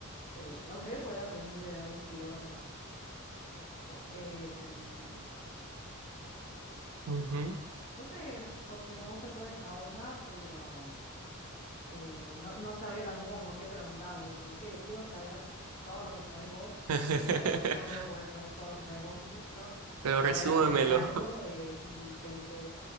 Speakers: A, on the left (about 50°); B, on the right (about 80°).
A: eh, me gustaría poder aprender de algún filósofo. Em,
B: ujú.
A: No sé, porque me gusta toda esa onda, pero eh, no, no sabría tampoco como qué preguntarle, como, che, quiero saber todo lo que sabés vos,
B: <laughs>
A: pero, o no, no creo poder saber todo lo que sabés vos, ¿viste? Pero
B: Pero
A: poder
B: resúmemelo.
A: aprender algo eh, y que me quede